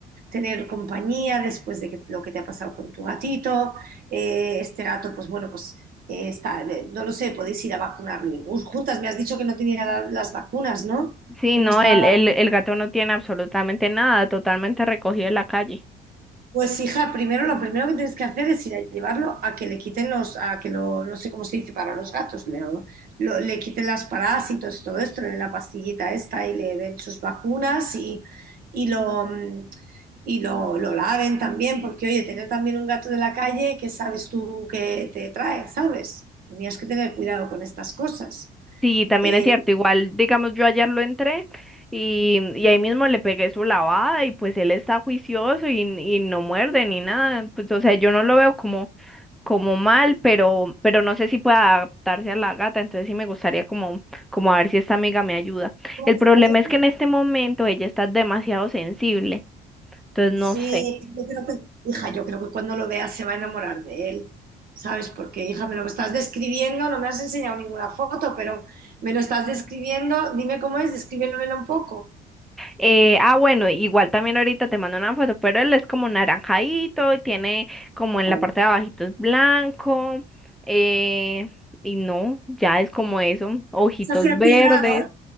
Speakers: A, on the right; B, in the centre.
A: tener compañía después de que- lo que te ha pasado con tu gatito. Eh, este gato, pues bueno, pues eh, está, eh, no lo sé, podéis ir a vacunarlo. Y, uh, juntas, me has dicho que no tenía la- las vacunas, ¿no?
B: Sí,
A: Que
B: no,
A: no estaba
B: el, el, el gato no tiene absolutamente nada, totalmente recogido en la calle.
A: Pues hija, primero lo primero que tienes que hacer es ir a llevarlo a que le quiten los, a que lo, no sé cómo se dice para los gatos, le, lo- le quiten las parásitos, todo esto, le den la pastillita esta y le den sus vacunas y, y lo mm, y lo, lo laven también, porque oye, tener también un gato de la calle, ¿qué sabes tú que te trae? ¿Sabes? Tenías que tener cuidado con estas cosas.
B: Sí, también
A: Eh,
B: es cierto, igual, digamos, yo ayer lo entré y, y ahí mismo le pegué su lavada y pues él está juicioso y, y no muerde ni nada. Pues, o sea, yo no lo veo como como mal, pero, pero no sé si pueda adaptarse a la gata, entonces sí me gustaría como, como a ver si esta amiga me ayuda.
A: pues,
B: El problema es que en este momento ella está demasiado sensible, entonces
A: Sí,
B: no sé.
A: yo creo que, hija, yo creo que cuando lo vea se va a enamorar de él, ¿sabes? Porque, hija, me lo estás describiendo, no me has enseñado ninguna foto, pero me lo estás describiendo, dime cómo es, descríbemelo un poco.
B: Eh, ah, bueno, igual también ahorita te mando una foto, pero él es como naranjadito, tiene como en
A: Ay.
B: la parte de abajito es blanco, eh, y no, ya es como eso, ojitos
A: Está así atigrado.
B: verdes.